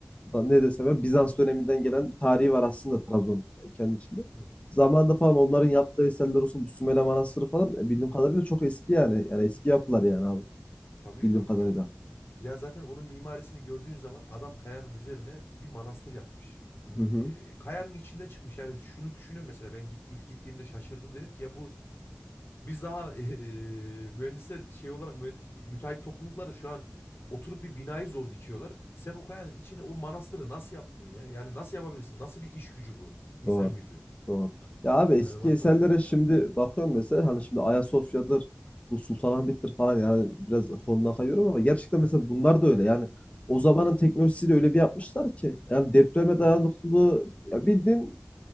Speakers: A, on the left (about 30°); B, on the left (about 55°).
A: e, ne desem ya Bizans döneminden gelen bir tarihi var aslında
B: Hı hı.
A: Trabzon e, kendi içinde.
B: Evet.
A: Zamanında falan onların yaptığı eserler olsun bu Sümele Manastırı falan e, bildiğim kadarıyla çok eski yani. Yani eski yapılar yani abi
B: Tabii
A: bildiğim
B: tabii
A: kadarıyla.
B: çok. Ya zaten onun mimarisini gördüğün zaman adam kayanın üzerine bir manastır yapmış.
A: Hı hı.
B: E, kayanın içinden çıkmış. Yani şunu düşünüyorum mesela ben git, ilk gittiğimde şaşırdım. Dedim ki ya bu Biz daha <laughs> eee, mühendisler şey olarak mühendis, müteahhit toplulukları şu an oturup bir binayı zor dikiyorlar. Sen o kayanın içine o manastırı nasıl yaptın ya? Yani nasıl yapabilirsin? Nasıl bir iş gücü bu? İnsan
A: Doğru.
B: gücü.
A: Doğru. Ya abi eski
B: Yani baktığın
A: eserlere
B: zaman.
A: şimdi bakıyorum mesela hani şimdi Ayasofya'dır, bu Sultanahmet'tir falan yani biraz konudan kayıyorum ama gerçekten
B: Aha,
A: mesela bunlar da öyle. Yani o zamanın teknolojisiyle öyle bir yapmışlar ki yani depreme
B: evet.
A: dayanıklılığı ya bildiğin